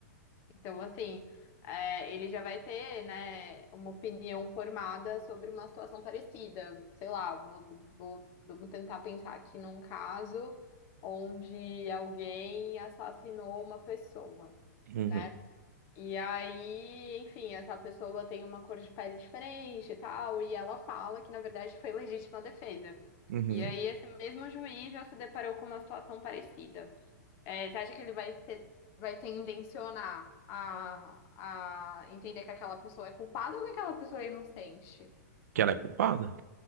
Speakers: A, on the left; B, on the right.
A: Então, assim, é, ele já vai ter, né, uma opinião formada sobre uma situação parecida. Sei lá, vou, vou, vou tentar pensar aqui num caso onde alguém assassinou uma pessoa,
B: Uhum.
A: né? E aí, enfim, essa pessoa tem uma cor de pele diferente e tal, e ela fala que, na verdade, foi legítima defesa.
B: Uhum.
A: E aí, esse mesmo juiz já se deparou com uma situação parecida. É, você acha que ele vai ter, vai tendencionar a, a entender que aquela pessoa é culpada ou que aquela pessoa é inocente?
B: Que ela é culpada?